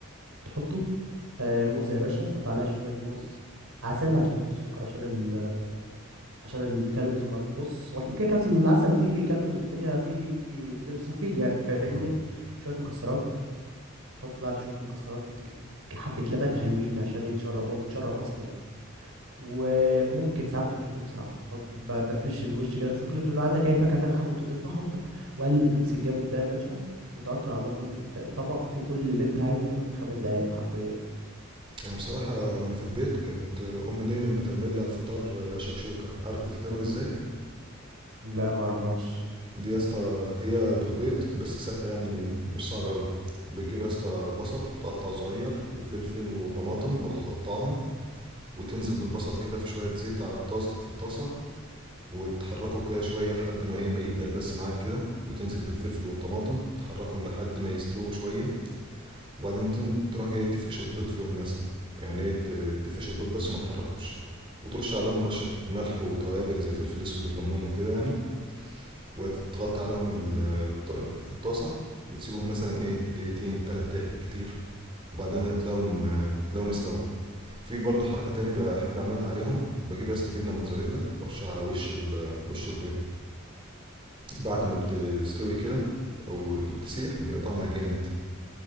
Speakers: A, on the right; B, on the right.
A: تحطه آه موزه يا باشا قطع عليها شويه موز عسل عشان تحط السكر عشان ال... عشان الكالوريز ما تبص هو كده كده العسل فيه كالوريز والدنيا فيه بس مفيد يعني فاهمني
B: اه
A: شويه مكسرات تحط بعد شويه مكسرات حبه لبن حلوين عشان يتشرب هو بيتشرب اصلا وممكن ساعات بحط شوكليت بصراحه بحط ب- بفرش الوش كده بشوكليت ولو عندك اي فاكهه تانية حابب تضيفها حطها واقلب الميكس الجامد ده يا باشا وتوكل على الله كل طبق فيه كل اللي انت عايزه تعمل في خمس دقايق حرفيا
B: انا بصراحه وانا في البيت كانت امي دايما بتعمل لي على الفطار شكشوكه عارف بتتعمل ازاي
A: لا ما اعرفهاش
B: دي يا اسطى هي بالبيض بس سهله يعني مش صعبه قوي بتجيب يا اسطى بصل تقطع صغير وفلفل وطماطم برضه تقطعهم وتنزل بالبصل كده في شويه زيت على الطاس في الطاسه وتحركه كده شويه لحد ما ايه ما يدبل بس معاك كده وتنزل بالفلفل والطماطم تحركهم لحد ما يستووا شويه وبعدين تن- تروح جاي تفقش البيض فيهم يا اسطى يعني ايه ت- تفقش البيض بس وما تحركوش وترش عليهم رشة ملح وتوابل زي فلفل اسود وكمون وكده يعني وتغطي عليهم ال- الط- في الطاسة وتسيبهم مثلا ايه دقيقتين تلات دقايق بالكتير وبعدين هتلاقيهم آه، تلاقيهم استوى في برضه حركة تاني بحب اعملها عليهم بجيب يا اسطى جبنة موتزاريلا ارش على وش ال- وش البيض بعد ما بتستوي كده او تسيح بيبقى طعمها جامد